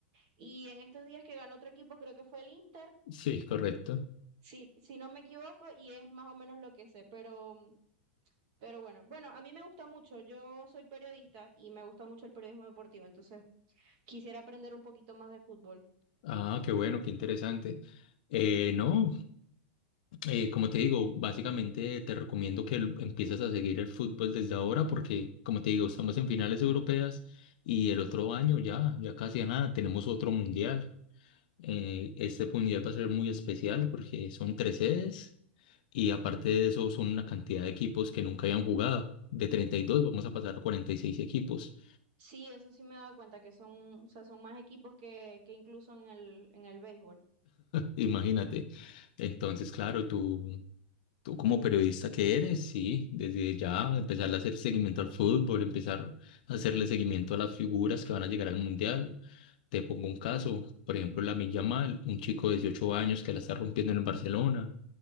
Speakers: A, on the right (about 35°); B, on the left (about 45°).
A: y en estos días que ganó otro equipo, creo que fue el Inter,
B: sí, correcto.
A: si, si no me equivoco, y es más o menos lo que sé, pero, pero bueno, bueno, a mí me gusta mucho, yo soy periodista y me gusta mucho el periodismo deportivo, entonces quisiera aprender un poquito más de fútbol.
B: Ah, qué bueno, qué interesante. Eh, no, eh, como te digo, básicamente te recomiendo que el- empieces a seguir el fútbol desde ahora porque, como te digo, estamos en finales europeas y el otro año ya, ya casi a nada, tenemos otro mundial. Eh, este mundial va a ser muy especial porque son tres sedes y aparte de eso son una cantidad de equipos que nunca habían jugado. De 32 vamos a pasar a 46 equipos,
A: Sí, eso sí me he dado cuenta, que son, o sea, son más equipos que, que incluso en el, en el béisbol.
B: imagínate. Entonces, claro, tú, tú como periodista que eres, sí, desde ya empezar a hacer seguimiento al fútbol, empezar a hacerle seguimiento a las figuras que van a llegar al mundial. Te pongo un caso, por ejemplo, Lamine Yamal, un chico de 18 años que la está rompiendo en el Barcelona,